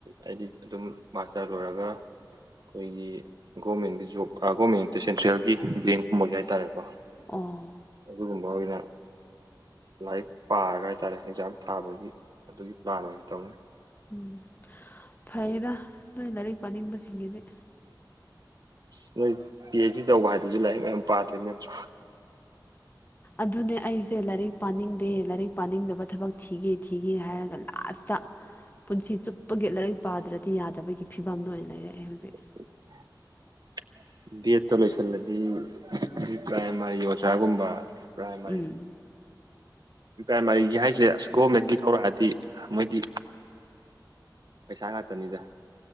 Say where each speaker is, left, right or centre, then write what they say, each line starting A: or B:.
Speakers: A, on the right (about 60°); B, on the left (about 25°).
A: ꯑꯩꯗꯤ ꯑꯗꯨꯝ ꯃꯥꯁꯇꯔ ꯂꯣꯏꯔꯒ ꯑꯩꯈꯣꯏꯒꯤ ꯒꯣꯔꯃꯦꯟꯒꯤ ꯖꯣꯕ ꯒꯣꯔꯃꯦꯟ ꯑ ꯁꯦꯟꯇ꯭ꯔꯦꯜꯒꯤ ꯕꯦꯡꯀꯨꯝꯕꯒꯤ ꯍꯥꯏꯇꯥꯔꯦꯀꯣ
B: ꯑꯣ
A: ꯑꯗꯨꯒꯨꯝ ꯃꯔꯨ ꯑꯣꯏꯅ ꯂꯥꯏꯔꯤꯛ ꯄꯥꯔꯒ ꯍꯥꯏꯇꯥꯔꯦ ꯑꯦꯛꯖꯥꯝ ꯊꯥꯕꯒꯤ ꯑꯗꯨꯒꯤ ꯄ꯭ꯂꯥꯟ ꯑꯣꯏꯅ ꯇꯧꯏꯤ
B: ꯎꯝ ꯐꯩꯌꯦꯗ ꯅꯣꯏ ꯂꯥꯏꯔꯤꯛ ꯄꯥꯅꯤꯡꯕꯁꯤꯡꯒꯤꯗꯤ
A: ꯑ ꯅꯣꯏ ꯄꯤ ꯑꯩꯆ ꯗꯤ ꯇꯧꯕ ꯍꯥꯏꯗꯨꯁꯨ ꯂꯥꯏꯔꯤꯛ ꯃꯌꯥꯝ ꯄꯥꯗꯣꯏ ꯅꯠꯇ꯭ꯔꯣ
B: ꯑꯗꯨꯅꯦ ꯑꯩꯁꯦ ꯂꯥꯏꯔꯤꯛ ꯄꯥꯅꯤꯡꯗꯦ ꯂꯥꯏꯔꯤꯛ ꯄꯥꯅꯤꯡꯗꯕ ꯊꯕꯛ ꯊꯤꯒꯦ ꯊꯤꯒ ꯒꯦ ꯍꯥꯏꯔꯒ ꯂꯥꯁꯇ ꯄꯨꯟꯁꯤ ꯆꯨꯞꯄꯒꯤꯒꯦꯂꯔꯩ ꯄꯥꯗ꯭ꯔꯗꯤ ꯗꯤ ꯌꯥꯗꯕꯒꯤ ꯐꯤꯕꯝꯗ ꯑꯣꯏꯅ ꯂꯩꯔꯛꯑꯦ ꯍꯧꯖꯤꯛ
A: <unintelligible> ꯕꯤ ꯑꯦꯠꯇ ꯂꯣꯏꯁꯤꯜꯂꯗꯤ ꯄ꯭ꯔꯥꯏꯃꯥꯔꯤ ꯑꯣꯖꯥꯒꯨꯝꯕ ꯄ꯭ꯔꯥꯏꯃꯥꯔꯤ
B: ꯎꯝ
A: ꯄ꯭ꯔꯥꯏꯃꯥꯔꯤꯒꯤ ꯍꯥꯏꯁꯦ ꯑꯁ ꯒꯣꯔꯃꯦꯟꯒꯤ ꯇꯧꯔꯛꯑꯗꯤ ꯃꯣꯏꯗꯤ ꯄꯩꯁꯥ ꯉꯥꯛꯇꯅꯤꯗ